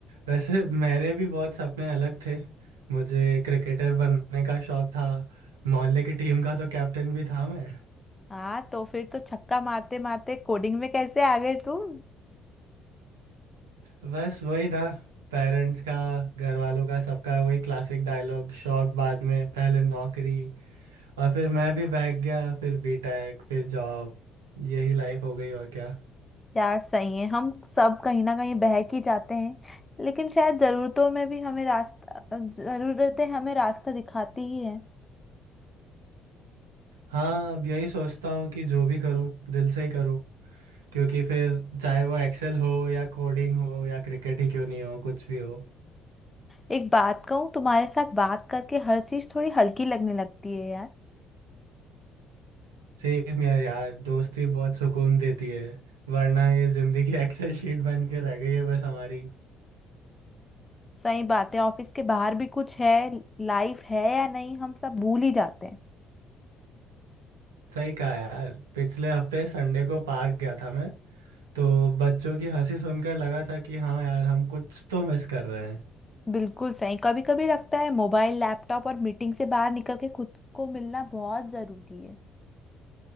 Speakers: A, on the right (about 90°); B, on the left (about 20°).
A: वैसे मेरे भी बहुत सपने अलग थे मुझे क्रिकेटर बनने का शौक था मोहल्ले की टीम का तो कैप्टन भी था मैं
B: हाँ तो फिर तो छक्का मारते मारते कोडिंग में कैसे आ गए तुम
A: बस वही ना पेरेंट्स का घर वालों का सबका वही क्लासिक डायलॉग शौक बाद में पहले नौकरी और फिर मैं भी भाग गया फिर बीटेक फिर जॉब यही लाइफ हो गई और क्या
B: यार सही है हम सब कहीं ना कहीं बहक ही जाते हैं लेकिन शायद जरूरतों में भी हमें रास्ता जरूरतें हमें रास्ता दिखाती ही है
A: हाँ अब यही सोचता हूँ कि जो भी करूँ दिल से ही करूँ क्योंकि फिर चाहे वो एक्सेल हो या कोडिंग हो या क्रिकेट ही क्यों नहीं हो कुछ भी हो
B: एक बात कहूँ तुम्हारे साथ बात करके हर चीज थोड़ी हल्की लगने लगती है यार
A: सेम यार यार दोस्ती बहुत सुकून देती है वरना ये जिंदगी <laughs> एक्सेल शीट बन के रह गई है बस हमारी
B: सही बात है ऑफिस के बाहर भी कुछ है लाइफ है या नहीं हम सब भूल ही जाते हैं
A: सही कहा यार पिछले हफ्ते संडे को पार्क गया था मैं तो बच्चों की हंसी सुनकर लगा था कि हाँ यार हम कुछ तो मिस कर रहे हैं
B: बिल्कुल सही कभी कभी लगता है मोबाइल लैपटॉप और मीटिंग से बाहर निकल के खुद को मिलना बहुत जरूरी है